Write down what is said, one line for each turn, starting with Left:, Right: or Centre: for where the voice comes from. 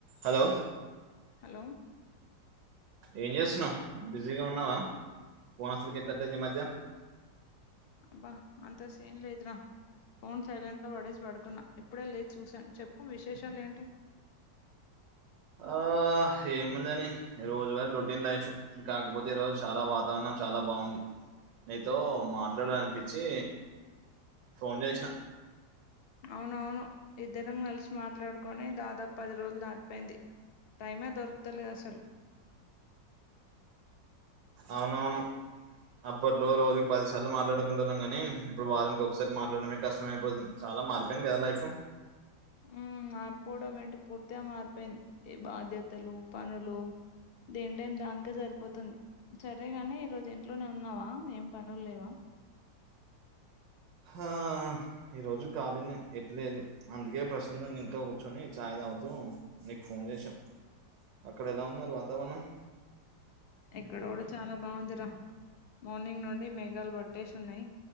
Right: Hello
Left: hello
Right: ఏం చేస్తున్నావు బిజీగా ఉన్నావా ఫోన్ అసలుకి ఎత్తట్లేదు ఈ మధ్య
Left: అబ్బా అంత సీన్ లేదురా ఫోన్ సైలెంట్ లో పడేసి పడుకున్నా ఇప్పుడే లేచి చూసాను చెప్పు విశేషాలు ఏంటి <inaudible>
Right: ఆ ఏముందని రోజువార రొటీన్ లైఫ్ కాకపోతే ఈ రోజు చాలా వాతావరణం చాలా బాగుంది నీతో మాట్లాడాల అనిపించి ఫోన్ చేసిన
Left: అవునవును ఇద్దరం కలిసి మాట్లాడుకొని దాదాపు పది రోజులు దాటిపోయింది టైమే దొరుకుతలేదు అసలు
Right: అవునవును అప్పట్లో రోజుకి పదిసార్లు మాట్లాడుకునే టోల్లం కాని ఇప్పుడు వారానికి ఒకసారి మాట్లాడడమే కష్టమయిపోతుంది చాలా మారిపోయింది కదా లైఫ్
Left: <inaudible> మారిపోవడం ఏంటి పూర్తిగా మారిపోయింది ఈ బాధ్యతలు పనులు దేని టైం దానికే సరిపోతుంది సరేగాని ఈ రోజు ఇంట్లోనే ఉన్నావా ఏం పనులు లేవా <inaudible>
Right: ఆ ఈరోజు ఖాళీనే ఎటు లేదు అందుకే ప్రశాంతంగా ఇంట్లో కూర్చొని చాయ్ తాగుతున్న నీకు ఫోన్ చేసా అక్కడ ఎలా ఉంది మరి వాతావరణం
Left: ఇక్కడ కూడా చాలా బాగుందిరా మార్నింగ్ నుండి మేఘాలు బట్టేసి ఉన్నాయి